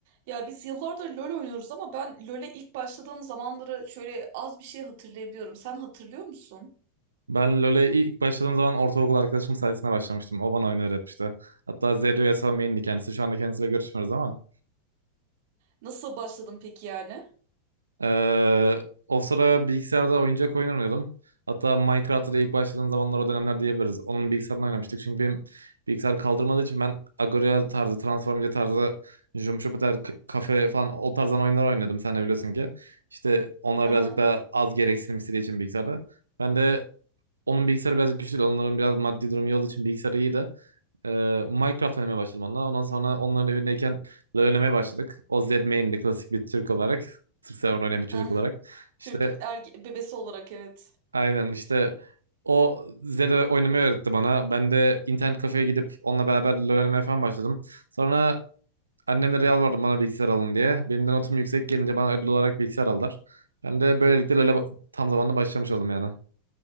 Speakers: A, on the right (about 50°); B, on the right (about 75°).
A: Ya biz yıllardır LoL oynuyoruz ama ben LoL'e ilk başladığım zamanları şöyle az bir şey hatırlayabiliyorum. Sen hatırlıyor musun?
B: Ben LoL'e ilk başladığım zaman ortaokul arkadaşım sayesinde başlamıştım. O bana oyunu öğretmişti. Hatta Zeri Yasuo main'di kendisi. Şu anda kendisiyle görüşmüyoruz ama.
A: Nasıl başladın peki yani?
B: eee, o sıra bilgisayarda oyuncak oyun oynuyordum. Hatta Minecraft'ta da ilk başladığım zamanlar o dönemler diyebiliriz. Onun bilgisayarını oynamıştık. Çünkü benim bilgisayar kaldırmadığı için ben Agoria tarzı, Transformace tarzı, Jump Kafe falan o tarzdan oyunlar oynuyordum. Sen de biliyorsun ki. İşte onlar birazcık
A: Aha.
B: daha az gereksinim istediği için bilgisayarda. Ben de Onun bilgisayarı birazcık güçlü değil. Onların biraz maddi durumu iyi olduğu için bilgisayarı iyi de. Ee, Minecraft oynamaya başladım onunla. Ondan sonra onların evindeyken LoL oynamaya başladık. O Z main'de klasik bir Türk olarak. Türk server oynayan bir çocuk
A: Heh,
B: olarak. İşte
A: Türk erge bebesi olarak evet.
B: aynen işte o Zed'e oynamayı öğretti bana. Ben de internet kafeye gidip onunla beraber LoL oynamaya falan başladım. Sonra annemle Real vardı bana bilgisayar alın diye. Benim de notum yüksek gelince bana ödül olarak bilgisayar aldılar. Ben de böylelikle LoL'e ba- tam zamanlı başlamış oldum yani.